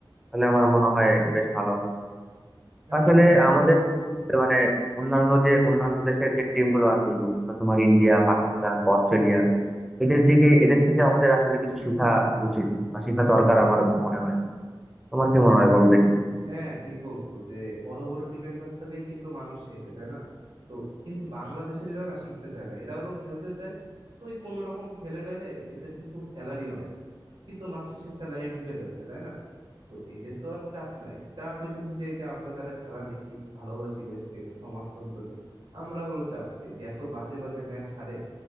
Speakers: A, in the centre; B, on the right.
A: তাহলে আমার মনে হয় বেশ ভালো হবে
B: হ্যাঁ,
A: আসলে
B: ঠিক
A: আমাদের আসলে বুঝতে মানে অন্যান্য যে অন্যান্য দেশের যে টিম গুলো আছে বিশেষ করে তোমার ইন্ডিয়া পাকিস্তান বা অস্ট্রেলিয়া এদের দিকে এদের থেকে আমাদের আসলে কিছু শেখা উচিত বা শেখা দরকার আমার মনে হয় তোমার কি মনে হয় বলো দেখি
B: হ্যাঁ ঠিক বলছো যে বড় বড় টিমের কাছ থেকেই কিন্তু মানুষ শেখে তাই না তো কিন্তু বাংলাদেশের এরা না শিখতে চায় না এরা হলো খেলতে চায় ওই কোন রকম খেলে টেলে এদের কিন্তু স্যালারি অনেক কিন্তু মাস শেষে স্যালারি ঢুকে যাচ্ছে তাই না তো এদের তো আর চাপ নাই চাপ হইতেছে যে এই যে আমরা যারা খেলা দেখি ভালোবাসি দেশকে সমর্থন করি আমরা হলো চাপ খাই যে এত বাজে বাজে ম্যাচ হারে